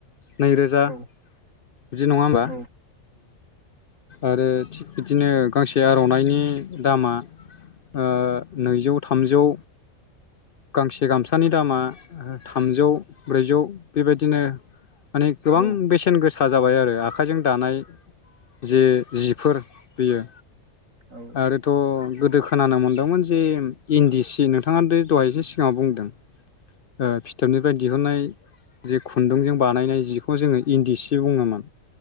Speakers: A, on the left (about 50°); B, on the right (about 70°).
A: नै रोजा
B: औ
A: बिदि नङा होमबा?
B: औ
A: आरो थि बिदिनो गांसे आर'नाइनि दामा ओ नैजौ थामजौ गांसे गामसानि दामा थामजौ ब्रैजौ बेबायदिनो माने गोबां
B: औ
A: बेसेन गोसा जाबाय आरो आखायजों दानाय जे जिफोर बेयो।
B: औ
A: आरोथ' गोदो खोनानो मोनदोंमोन जे इन्दि सि नोंथाङा बे दहाय इसे सिगाङाव बुंदों
B: औ
A: ओ फिथोबनिफ्राय दिहुननाय जे खुन्दुंजों बानायनाय जिखौ जोङो इन्दि सि बुङोमोन।